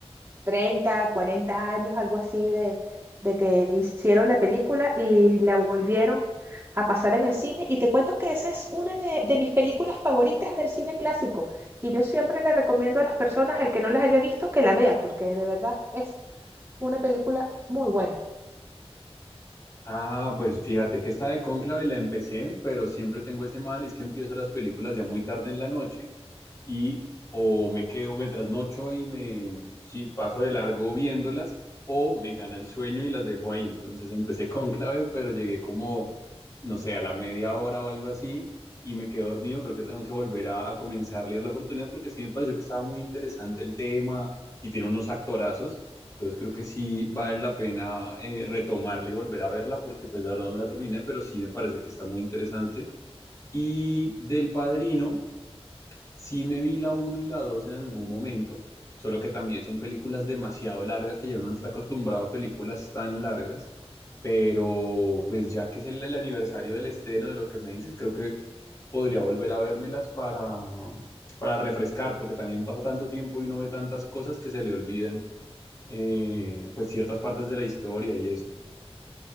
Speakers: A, on the right (about 25°); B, on the left (about 35°).
A: Treinta, 40 años, algo así, de, de que hicieron la película y la volvieron a pasar en el cine. Y te cuento que esa es una de, de mis películas favoritas del cine clásico. Y yo siempre le recomiendo a las personas, el que no las haya visto, que la vea, porque de verdad es una película muy buena.
B: Ah, pues fíjate que esta de Cónclave la empecé, pero siempre tengo ese mal, y es que empiezo las películas ya muy tarde en la noche y o me quedo, me trasnocho y me sí, paso de largo viéndolas o me gana el sueño y las dejo ahí. Entonces empecé con clave, pero llegué como, no sé, a la media hora o algo así y me quedé dormido. Creo que tengo que volver a, a comenzar a leer la oportunidad porque sí me pareció que estaba muy interesante el tema y tiene unos actorazos. Entonces creo que sí vale la pena eh, retomarla y volver a verla porque pues la verdad no me la terminé, pero sí me parece que está muy interesante. Y del Padrino, Sí me vi la uno y la 2 en algún momento, solo que también son películas demasiado largas que ya uno no está acostumbrado a películas tan largas, pero pues ya que es el, el aniversario del estreno de lo que me dices, creo que podría volver a vérmelas para, para refrescar, porque también pasa tanto tiempo y uno ve tantas cosas que se le olvidan eh, pues ciertas partes de la historia y eso.